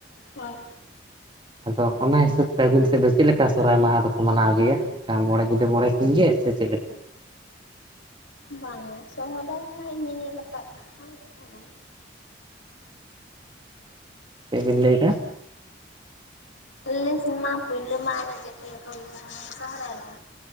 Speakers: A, on the left; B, on the right.
A: ᱦᱚᱭ
B: ᱟᱫᱚ ᱚᱱᱟ ᱦᱤᱥᱟᱹᱵ ᱛᱮ ᱟᱹᱵᱤᱱ ᱥᱮᱫ ᱫᱚ ᱪᱮᱫ ᱞᱮᱠᱟ ᱥᱚᱦᱨᱟᱭ ᱢᱟᱦᱟᱸ ᱫᱚᱠᱚ ᱢᱟᱱᱟᱣ ᱜᱤᱭᱟ ᱠᱟ ᱢᱚᱬᱮ ᱧᱤᱫᱟᱹ ᱢᱚᱬᱮ ᱥᱤᱧ ᱜᱮ ᱥᱮ ᱪᱮᱫ ᱞᱮᱠᱟ?
A: ᱵᱟᱝ ᱟ ᱥᱚᱦᱨᱟᱭ ᱨᱮᱱᱟᱜ ᱤᱭᱟᱹ ᱧᱮᱞ ᱟᱠᱟᱜᱼᱟ ᱥᱚᱦᱚᱨᱟᱭ
B: ᱪᱮᱫ ᱵᱤᱱ ᱞᱟᱹᱭ ᱮᱫᱟ
A: ᱟᱞᱮ ᱥᱮᱱ ᱢᱟ ᱯᱩᱭᱞᱩ ᱢᱟ ᱚᱱᱟ ᱡᱮᱠᱷᱚᱱ ᱵᱟᱠᱚ ᱜᱟᱲᱦᱟᱣ ᱟ ᱥᱚᱦᱨᱟᱭ ᱨᱮ